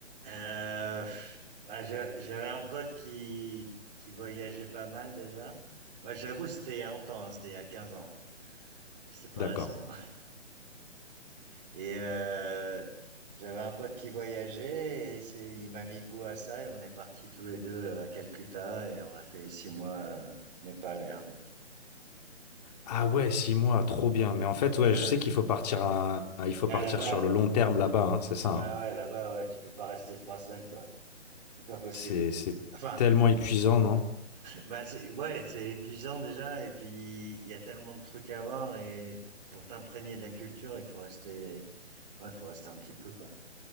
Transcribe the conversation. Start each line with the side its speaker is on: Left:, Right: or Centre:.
Right: euh, bah, j'a- j'avais un pote qui, qui voyageait pas mal déjà. Moi, j'avoue, c'était il y a longtemps, hein, c'était il y a 15 ans. C'est pas
Left: D'accord.
Right: récent. Et euh, j'avais un pote qui voyageait et c'est- il m'a mis goût à ça et on est partis tous les deux euh, à Calcutta et on a fait six mois euh, Népal et Inde.
Left: Ah ouais, six mois, trop bien. Mais en fait, ouais,
Right: Ouais.
Left: je sais qu'il faut partir à- à- il faut
Right: Ah,
Left: partir
Right: là-bas,
Left: sur le long terme là-bas, hein, c'est ça.
Right: ouais, ouais,
Left: hein.
Right: là-bas, ouais, tu peux pas rester trois semaines, quoi. Pas possible.
Left: C'est, c'est
Right: Enfin,
Left: tellement épuisant, non?
Right: bah c'est, ouais, c'est épuisant déjà et puis il y a tellement de trucs à voir et pour t'imprégner de la culture, il faut rester, ouais, faut rester un petit peu, quoi.